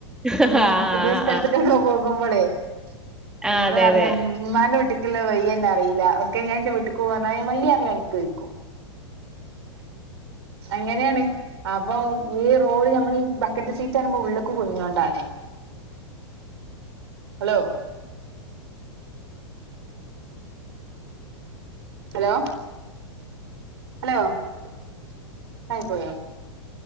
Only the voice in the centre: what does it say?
ആഹ് ആഹ്.
ആഹ്
അതെ
അതെ